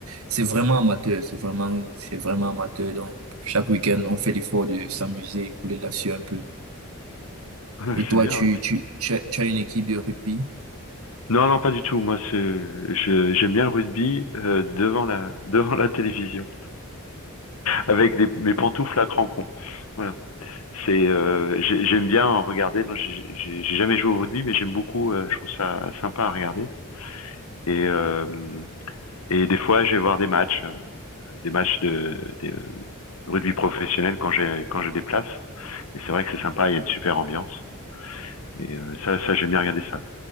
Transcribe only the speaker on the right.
C'est vraiment amateur. C'est vraiment, c'est vraiment amateur. Donc, chaque week-end, on fait l'effort de s'amuser, couler là-dessus un peu.
Et toi,
tu,
tu, tu as, tu as une équipe de rugby.